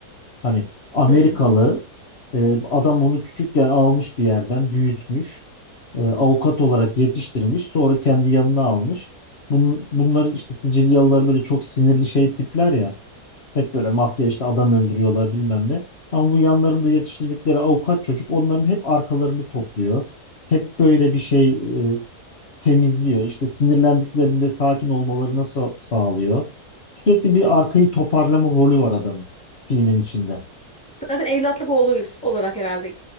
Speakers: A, on the left; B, in the centre.
A: Hani Amerikalı
B: Hmm.
A: e, adam onu küçükken almış bir yerden büyütmüş. e, avukat olarak yetiştirmiş. Sonra kendi yanına almış. Bun- bunların işte Sicilyalılar böyle çok sinirli şey tipler ya. Hep böyle mafya işte adam öldürüyorlar bilmem ne. Ama bu yanlarında yetiştirdikleri avukat çocuk onların hep arkalarını topluyor. Hep böyle bir şey e, temizliyor. İşte sinirlendiklerinde sakin olmalarına sa- sağlıyor. Sürekli bir arkayı toparlama rolü var adamın filmin içinde.
B: Zaten evlatlık oğluyuz olarak herhalde